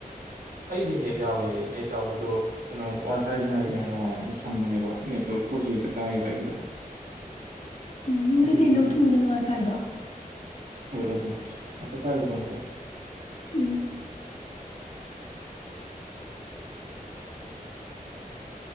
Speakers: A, on the right (about 90°); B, on the left (about 45°).
A: ꯑꯩꯗꯤ ꯅꯦꯠ ꯌꯥꯎꯋꯦ ꯅꯦꯠ ꯌꯥꯎꯕꯗꯣ ꯀꯩꯅꯣ ꯋꯥꯏ ꯐꯥꯏꯗꯨꯅ ꯍꯦꯟꯅ ꯅꯨꯡꯉꯥꯏꯅ ꯁꯝꯕꯅꯦꯕ ꯅꯦꯠꯇꯣ ꯐꯣꯔ ꯖꯤꯗ ꯀꯥꯏꯑꯕ ꯑꯩꯒꯤꯗꯣ
B: ꯎꯝ ꯑꯗꯨꯗꯤ
A: ꯑꯗꯨꯗꯨꯒꯤ
B: ꯂꯧꯊꯣꯛꯎꯗꯅ ꯃꯥꯏꯐꯥꯏꯗꯣ
A: ꯍꯣꯏ ꯂ ꯆꯣꯀꯤꯁ ꯑ ꯄꯥꯏ ꯎꯒ ꯆ
B: ꯎꯝ